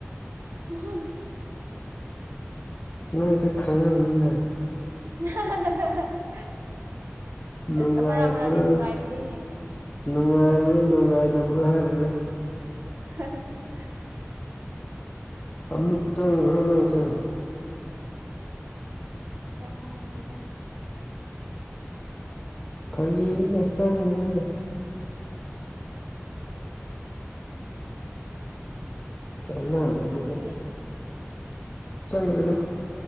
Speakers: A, on the right; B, on the left.
A: ꯎꯝ
B: ꯅꯪꯁꯨꯦ ꯈꯪꯉꯕꯅꯤꯅ
A: <unintelligible> <inaudible>
B: ꯅꯨꯡꯉꯥꯏꯕ꯭ꯔꯣ
A: ꯑꯁ ꯑꯃꯔꯥ ꯑꯃꯔꯥꯗꯤ ꯅꯨꯡꯉꯥꯏꯕꯅꯤꯅꯦ
B: ꯅꯨꯡꯉꯥꯏꯕ꯭ꯔꯥ ꯅꯨꯡꯉꯥꯏꯗꯕ ꯭ꯔꯣꯏ ꯍꯥꯏꯕꯗ
A: <unintelligible> <inaudible>
B: ꯑꯃꯨꯛ ꯆꯪꯈ꯭ꯔꯣ ꯅꯪꯁꯦ
A: ꯆꯥꯡꯉ ꯂꯤꯗ
B: ꯐꯥꯒꯦꯅꯤꯗ ꯆꯪꯒꯅꯨꯗ ꯀꯅꯥ
A: ꯆꯪꯅꯤꯡꯗꯦ
B: ꯑꯗꯕꯗꯤ ꯆꯪꯒꯅꯣ